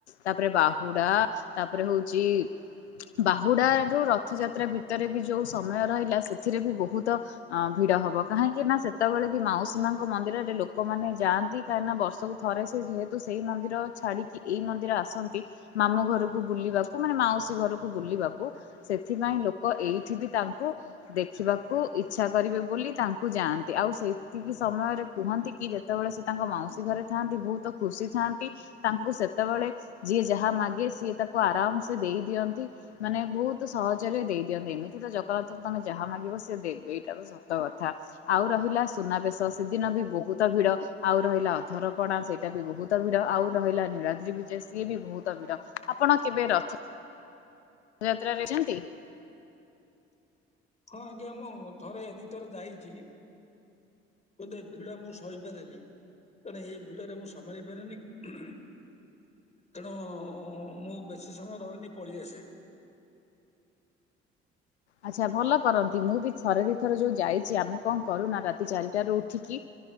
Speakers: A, on the left (about 80°); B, on the left (about 20°).
A: ତାପରେ ବାହୁଡା ତାପରେ ହଉଚି ବାହୁଡ଼ାରୁ ରଥଯାତ୍ରା ଭିତରେ ବି ଯୋଉ ସମୟ ରହିଲା ସେଥିରେ ବି ବହୁତ ଅଁ ଭିଡ଼ ହବ କାହିଁକି ନା ସେତବେଳେ ବି ମାଉସୀ ମାଙ୍କ ମନ୍ଦିରରେ ଲୋକମାନେ ଯାଆନ୍ତି। କାହିଁ ନା ବର୍ଷକୁ ଥରେ ସେ ଯେହେତୁ ସେଇ ମନ୍ଦିର ଛାଡି଼କି ଏଇ ମନ୍ଦିର ଆସନ୍ତି ମାମୁ ଘରୁକୁ ବୁଲିବାକୁ ମାନେ ମାଉସୀ ଘରୁକୁ ବୁଲିବା ବୁ ସେଥିପାଇଁ ଲୋକ ଏଇଠି ବି ତାଙ୍କୁ ଦେଖିବାକୁ ଇଚ୍ଛା କରିବେ ବୋଲି ତାଙ୍କୁ ଯାଆନ୍ତି ଆଉ ସେତିକି ସମୟରେ କୁହନ୍ତିକି ଯେତବେଳେ ସେ ତାଙ୍କ ମାଉସୀ ଘରେ ଥାଆନ୍ତି ବୋହୁତ ଖୁସି ଥାଆନ୍ତି ତାଙ୍କୁ ସେତବେଳେ ଯିଏ ଯାହା ମାଗେ ସିଏ ତାକୁ ଆରାମ୍ ସେ ଦେଇ ଦିଅନ୍ତି। ମାନେ ବୋହୁତୁ ସହଜରେ ଦେଇ ଦିଅନ୍ତି ଏମିତି ତ ଜଗନ୍ନାଥଙ୍କୁ ତମେ ଯାହା ମାଗିବ ସେ ଦେବେ। ଟା ତ ସତ କଥା। ଆଉ ରହିଲା ସୁନାବେଶ ସେଦିନ ବି ବୋହୁତ ଭିଡ଼ ଆଉ ରହିଲା ଅଧରପଣା ସେ ଟା ବି ବୋହୁତ ଭିଡ଼ ଆଉ ରହିଲା ନୀଳାଦ୍ରି ବିଜେ ସିଏ ବି ବୋହୁତ ଭିଡ଼ ଆପଣ କେବେ ରଥ ଥ ଯାତ୍ରାରେ ଚନ୍ତି?
B: ହଁ ଆଜ୍ଞା ମୁଁ ଥରେ ଦି ଥର ଯାଇଚି। ବୋଧେ ଭିଡ଼ ମୁଁ ସହିପାରେନି। ତେଣେ ଏ ଭିଡ଼ରେ ମୁଁ ସମାଳି ପାରେନେଇ। ତେଣୁ ମୁଁ ବେଶୀ ସମୟ ରହେନି ପଳିଆସେ।
A: ଆଚ୍ଛା ଭଲ କରନ୍ତି ମୁଁ ବି ଥରେ ଦି ଥର ଯୋଉ ଯାଇଚି ଆମେ କଁ କରୁନା ରାତି ଚାରିଟାରୁ ଉଠିକି